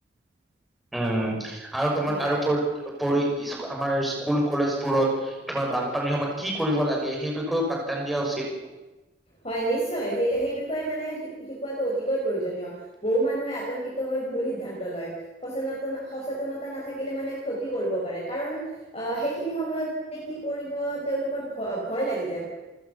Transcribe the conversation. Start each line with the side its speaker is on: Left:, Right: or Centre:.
Centre: অ আৰু তোমাৰ
Left: হয়।
Centre: তাৰ ওপৰত পৰি ইচ আমাৰ স্কুল কলেজবোৰত তোমাৰ বানপানীৰ সময়ত কি কৰিব লাগে সেই বিষয়েও পাঠদান দিয়া উচিত
Left: হয় নিশ্চয় সেই সেই বিষয়ে মানে শিকোৱাটো অতিকৈ প্ৰয়োজনীয় বহু মানুহে আতংকিত হৈ ভুল সিদ্ধান্ত লয় সচেত সচেতনতা নাথাকিলে মানে ক্ষতি কৰিব পাৰে কাৰণ অ সেইখিনি সময়ত ততে কি কৰিব তেওঁলোকৰ ভ ব ভয় লাগি যায়